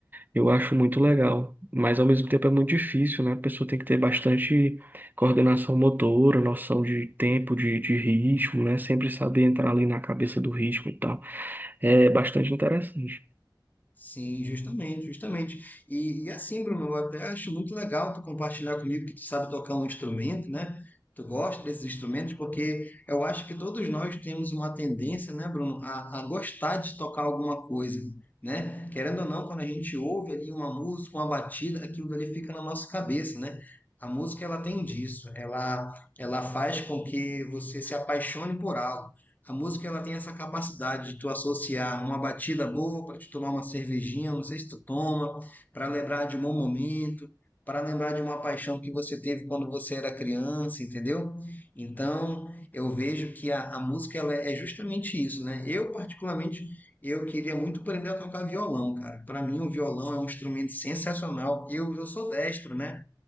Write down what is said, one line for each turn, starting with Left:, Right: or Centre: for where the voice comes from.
Right: Eu acho muito legal, mas ao mesmo tempo é muito difícil, né? A pessoa tem que ter bastante coordenação motora, noção de tempo, de, de ritmo, né? Sempre saber entrar ali na cabeça do ritmo e tal. É bastante interessante.
Left: Sim, justamente, justamente. E, e assim, Bruno, eu até acho muito legal tu compartilhar comigo que tu sabe tocar um instrumento, né? Tu gosta desses instrumentos, porque eu acho que todos nós temos uma tendência, né, Bruno, a, a gostar de tocar alguma coisa, né? Querendo ou não, quando a gente ouve ali uma música, uma batida, aquilo ali fica na nossa cabeça, né? A música, ela tem disso, ela, ela faz com que você se apaixone por algo. A música ela tem essa capacidade de tu associar uma batida boa para te tomar uma cervejinha, não sei se tu toma, para lembrar de um bom momento, para lembrar de uma paixão que você teve quando você era criança, entendeu? Então, eu vejo que a, a música ela é justamente isso, né? Eu particularmente eu queria muito aprender a tocar violão, cara. Para mim o violão é um instrumento sensacional. Eu, eu sou destro, né?